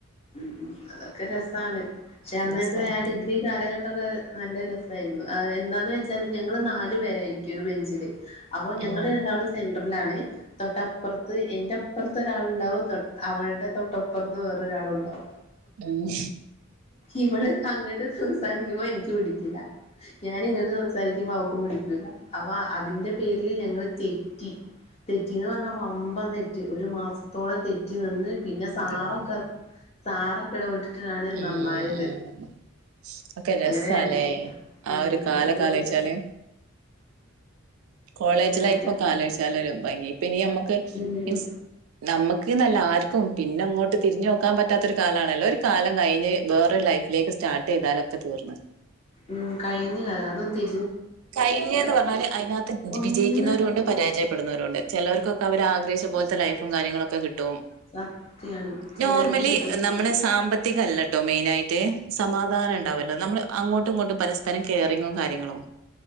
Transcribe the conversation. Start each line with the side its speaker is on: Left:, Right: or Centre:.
Left: ഉം അതൊക്കെ രസാണ് പക്ഷെ അന്നത്തെ
Right: രസാണ്
Left: ആ ഡിഗ്രി കാലഘട്ട ക്കെ നല്ല രസായിരുന്നു എന്താന്ന് വെച്ചാല് ഞങ്ങള് നാലു പേരായിരിക്കും ഒരു ബെഞ്ചില് അപ്പൊ ഞങ്ങള്
Right: ഉം
Left: രണ്ടാളും സെ ന്റർലാണ് തൊട്ടപ്പറത്ത് എന്റെപ്പറത്ത് ഒരാളുണ്ടാവും അവളുടെ തൊട്ടപ്പുറത്ത് വേറൊരാ രാളുണ്ടാവും
Right: ഉം
Left: ഇവള് അങ്ങട്ട് സംസാരിക്കുമ്പോ എനിക്ക് പിടിക്കൂല്ല ഞാന് ഇങ്ങട്ട് സംസാരിക്കുമ്പോ അവക്കും പിടിക്കൂല്ല അവ അതിന്റെ പേരില് ഞ തെറ്റി തെറ്റിന്ന് പറഞ്ഞ വമ്പം തെറ്റ് ഒരു മാസത്തോളം തെറ്റി നിന്ന് പിന്നെ സാറൊക്കെ
Right: എന്റമ്മോ
Left: സാറൊക്കെ എടപെട്ടിട്ടാണ്
Right: ഉം
Left: നന്നായത്
Right: ഉം ഉം ഒക്കെ
Left: അങ്ങനെ
Right: രസാല്ലേ
Left: രണ്ട് ഉം
Right: ആ ഒരു കാലൊക്കെ ആലോചിച്ചാല് കോളേജ്
Left: അതൊക്കെ
Right: ലൈഫൊക്കെ ആലോചിച്ചാലൊരു ഭംഗി പിന്നെ ഞമ്മക്ക്
Left: ഉം
Right: ഇൻസ് നമ്മക്ക്ന്നല്ല ആർ ക്കും പിന്നെ ങ്ങോട്ട് തിരിഞ്ഞു നോക്കാൻ പറ്റാത്ത ഒരു കാലണല്ലോ ഒരു കാലം കയ്ഞ്ഞ് വേറെരു ലൈഫിലേക്ക് സ് സ്റ്റാർട്ടെയ്താല് ഒക്കെ തീർന്ന്
Left: ഉം കയ്ഞ് കഥ അതും തി
Right: കയ്ഞ് ന്ന് പറഞ്ഞാല് അതിനകത്ത്
Left: ഒന്ന്
Right: വിജയിക്കുന്നോരുണ്ട് പരാജയപ്പെടുന്നോരുണ്ട് ചെലോർക്കൊക്കെ അവർ ആഗ്രഹിച്ച ത് പോൽത്തെ ലൈഫും കാര്യങ്ങളൊ ക്കെ കിട്ടും
Left: സത്യാണ് ചിലർക്ക്
Right: നോർമലി
Left: കിട്ടും
Right: നമ്മള് സാമ്പത്തികല്ലട്ടോ മെയ്നാ റ്റ് സമാധാനം ണ്ടാവല്ലോ നമ്മള് അങ്ങോട്ടും ഇങ്ങോട്ടും പരസ്പരം കെയറിങ്ങും കാര്യങ്ങളും